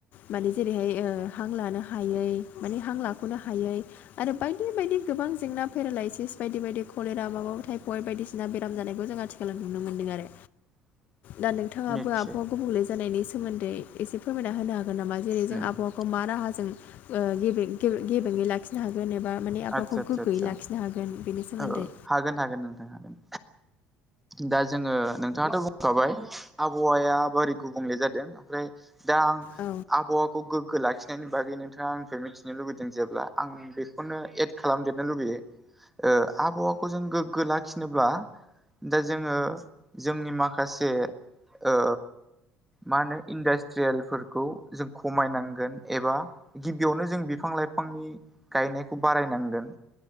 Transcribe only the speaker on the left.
माने जेरैहाय हां लानो हायै माने हां लाख'नो हायै आरो बायदि बायदि गोबां जेंना पेरालाइसिस बायदि बायदि कलेरा माबा माबि थटाइफयड बायदिसिना बेराम जानायखौ जोंहा नुनो मोन्दों आरो।
दा नोंथाङाबो
आबहावा गुबुंले जानायनि सोमोन्दै एसे फोरमायना होनो हागोन नामा जेरै
जों आबहावा खौ मा राहाजों गेबें गेबेङै लाखि लाखिनो हागोन एबा माने आबाखौ
गोग्गोयै
लाखिनो हागोन बेनि सोमोन्दै।
औ